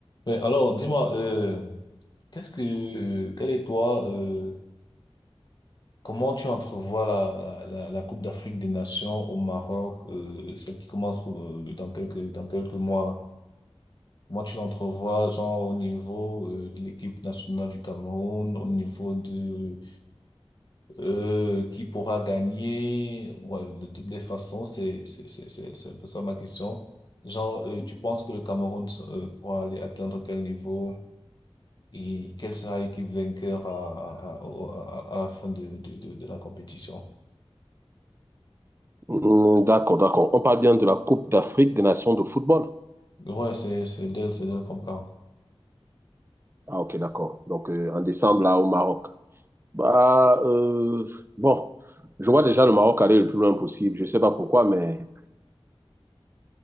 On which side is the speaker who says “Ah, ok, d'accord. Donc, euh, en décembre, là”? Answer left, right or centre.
Right